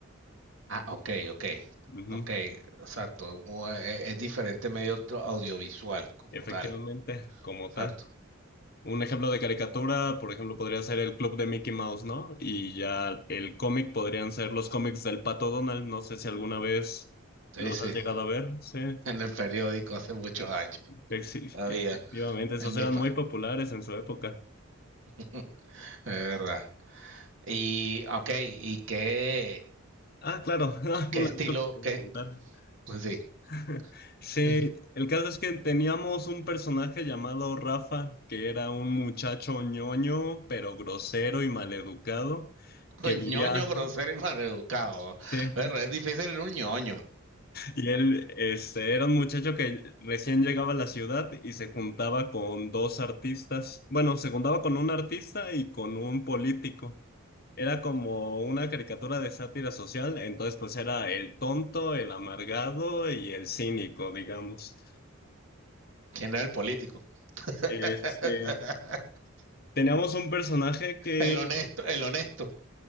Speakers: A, on the right; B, on the left.
A: Ah, ok, ok,
B: Ujú,
A: ok, exacto. u- e- Es, diferente medio tro- audiovisual como
B: Efectivamente,
A: tal,
B: como
A: exacto.
B: tal. Un ejemplo de caricatura, por ejemplo, podría ser el Club de Mickey Mouse, ¿no? Y ya el cómic podrían ser los cómics del Pato Donald. No sé si alguna vez
A: Sí,
B: los
A: sí,
B: has llegado
A: <laughs>
B: a ver. Sí,
A: en el periódico hace muchos años,
B: Exi-
A: todavía,
B: efectivamente, esos
A: en mi
B: eran
A: pa,
B: muy populares en su época.
A: <laughs> es verdad. Y, ok, ¿y qué,
B: Ah, claro, <laughs>
A: qué
B: una
A: estilo,
B: cosa que debo
A: qué,
B: contar.
A: Sí.
B: <laughs> Sí,
A: <laughs>
B: el caso es que teníamos un personaje llamado Rafa, que era un muchacho ñoño, pero grosero y maleducado,
A: Pues
B: que vivía...
A: ñoño, grosero y maleducado.
B: Sí.
A: Pero es difícil en un ñoño.
B: Y él este, era un muchacho que recién llegaba a la ciudad y se juntaba con dos artistas. Bueno, se juntaba con un artista y con un político. Era como una caricatura de sátira social, entonces pues era el tonto, el amargado y el cínico, digamos.
A: ¿Quién era el político? <laughs>
B: Este, teníamos un personaje que
A: el honesto, el honesto.